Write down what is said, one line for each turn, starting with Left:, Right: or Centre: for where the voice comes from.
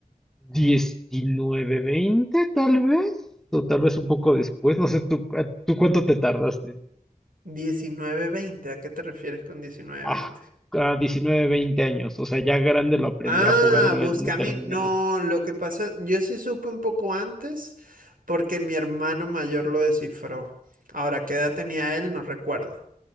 Centre: 19 20 tal vez, o tal vez un poco después, no sé, ¿tú, cu- tú cuánto te tardaste?
Right: diecinueve veinte ¿a qué te refieres con diecinueve
Centre: Ah,
Right: veinte
Centre: a 19 20 años, o sea, ya grande lo aprendí
Right: Ah,
Centre: a jugar o le,
Right: Buscaminas.
Centre: le terminé.
Right: No, lo que pasa, yo sí supe un poco antes porque mi hermano mayor lo descifró. Ahora, ¿qué edad tenía él? No recuerdo.